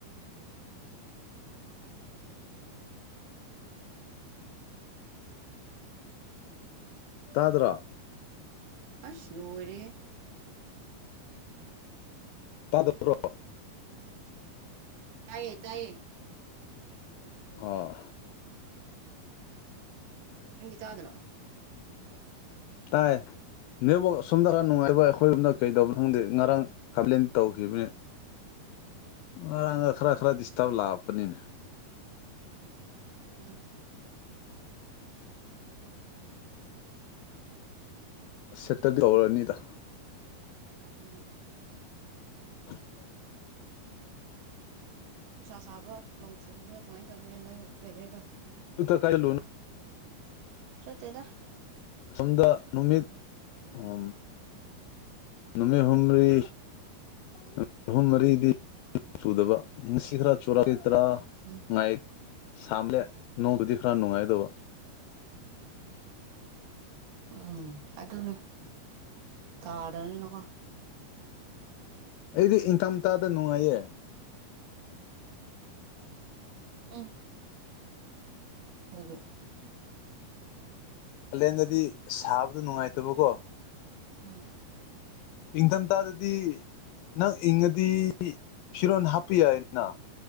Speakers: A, on the right; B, on the left.
A: ꯎꯝ
B: ꯇꯥꯗ꯭ꯔ
A: ꯑꯁꯅꯔꯤ
B: ꯇꯗ꯭ꯔꯣ
A: ꯇꯥꯏꯌꯦ ꯇꯥꯏꯌꯦ
B: ꯑꯥ
A: ꯅꯪꯒ ꯆ꯭ꯔꯣ
B: ꯇꯥꯏ ꯅꯕꯨ ꯁꯣꯝꯗ ꯈꯔ ꯅꯨꯡꯉꯥꯏꯕ ꯑꯩꯈꯣꯏ ꯑꯝꯗ ꯀꯩꯗꯧꯕꯣ ꯈꯪꯗꯦ ꯉꯔꯥꯡ ꯀꯝꯄ꯭ꯂꯦꯟ ꯇꯧꯈꯤꯕꯅꯦ ꯉꯥꯡ ꯈꯔ ꯈꯔ ꯗꯤꯁꯇꯥꯔꯕ ꯂꯥꯛꯄꯅꯤꯅ
A: ꯎꯝ
B: ꯁꯦꯠꯇꯗꯤ ꯇꯧꯔꯅꯤꯗ
A: ꯎꯝ
B: <inaudible>
A: ꯅꯨꯡꯁꯥ ꯁꯥꯕ꯭ꯔꯣ ꯅꯣꯡ ꯆꯨꯕ꯭ꯔꯣ ꯀꯃꯥꯏꯅ ꯇꯧꯒꯦ ꯅꯣꯏ ꯋꯦꯗꯔꯗꯣ
B: ꯇꯨꯗ ꯀꯥꯏ ꯂꯣꯟ
A: ꯆꯣꯇꯗ
B: ꯁꯣꯝꯗ ꯅꯨꯃꯤꯠ ꯑꯣ ꯅꯃꯤ ꯍꯨꯝꯔꯤ ꯅꯨꯃꯤꯠ ꯑꯍꯨꯝ ꯃꯔꯤꯗꯤ ꯆꯨꯗꯕ ꯉꯁꯤ ꯈꯔ ꯆ ꯇ꯭ꯔ
A: ꯎꯝ
B: ꯉꯥꯏ ꯁꯝꯂꯦ ꯅꯣꯡꯗꯨꯗꯤ ꯈꯔ ꯅꯨꯡꯉꯥꯏ ꯑꯗꯨꯒ
A: ꯎꯝ ꯑꯗꯨꯗꯅ ꯇꯥꯔꯅꯤꯅꯀꯣ
B: ꯑꯩꯗꯤ ꯏꯪꯊꯝꯊꯥꯗ ꯅꯨꯡꯉꯥꯏꯌꯦ
A: ꯑ ꯑꯩꯡ
B: ꯀꯂꯦꯟꯗꯗꯤ ꯁꯥꯕꯗꯨ ꯅꯨꯡꯉꯥꯏꯇꯕꯀꯣ
A: ꯎꯝ
B: ꯏꯪꯊꯝꯊꯥꯗꯗꯤ ꯅꯪ ꯏꯪꯉꯗꯤ ꯐꯤꯔꯣꯟ ꯍꯥꯞꯄꯤ ꯌꯥꯏꯅ